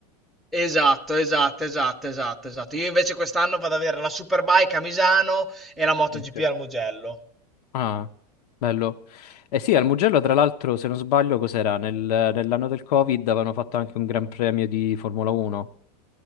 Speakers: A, in the centre; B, on the left.
A: Esatto, esatto, esatto, esatto, esatto. Io invece quest'anno vado ad avere la Superbike a Misano e la MotoGP
B: Ok.
A: al Mugello.
B: Ah, bello. Eh sì, al Mugello tra l'altro, se non sbaglio, cos'era? Nel- nell'anno del Covid avevano fatto anche un Gran Premio di Formula 1.